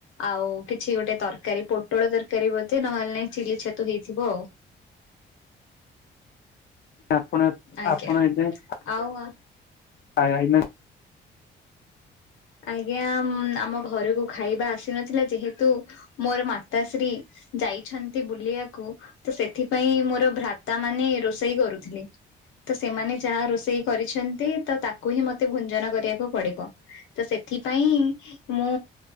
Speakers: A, on the left; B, on the left.
A: ଆଉ କିଛି ଗୋଟେ ତରକାରୀ ପୋଟଳ ତରକାରୀ ବୋଧେ ନହେଲେ ନାଇଁ ଚିଲି ଛତୁ ହେଇଥିବ ଆଉ।
B: ଆପଣ
A: ଆଜ୍ଞା
B: ଆପଣ ଏ ଯାଏଁ
A: ଆଉ
B: ଆ ଆ <inaudible>
A: ଆଜ୍ଞା ଆମ ଘରକୁ ଖାଇବା ଆସିନଥିଲା ଯେହେତୁ ମୋର ମାତାଶ୍ରୀ ଯାଇଛନ୍ତି ବୁଲିବାକୁ ତ ସେଥିପାଇଁ ମୋର ଭ୍ରାତା ମାନେ ରୋଷେଇ କରୁଥିଲେ। ତ ସେମାନେ ଯାହା ରୋଷେଇ କରିଛନ୍ତି ତ ତାକୁ ହିଁ ମତେ ଭୁଞ୍ଜନ କରିବାକୁ ପଡିବ। ତ ସେଥିପାଇଁ ମୁଁ